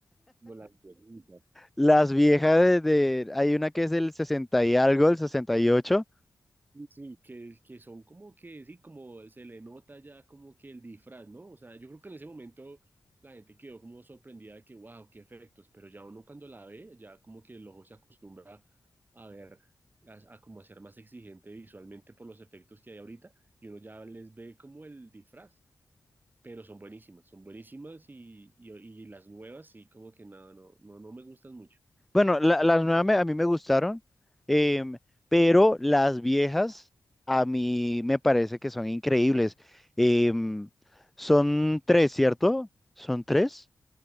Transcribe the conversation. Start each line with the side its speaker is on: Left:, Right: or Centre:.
Right: no las viejitas.
Centre: Las viejas de, de- Hay una que es del 60 y algo, el sesenta y ocho
Right: Sí, que, que son como que, sí, como se le nota ya como que el disfraz, ¿no? O sea, yo creo que en ese momento la gente quedó como sorprendida de que, wow, qué efectos, pero ya uno cuando la ve, ya como que el ojo se acostumbra a ver, a, a como a ser más exigente visualmente por los efectos que hay ahorita, y uno ya les ve como el disfraz, pero son buenísimas, son buenísimas y, y, y las nuevas sí, como que nada, no, no, no me gustan mucho.
Centre: Bueno, la- las nuevas me- a mí me gustaron, em, pero las viejas a mí me parece que son increíbles. Em, son tres, ¿cierto? ¿Son tres?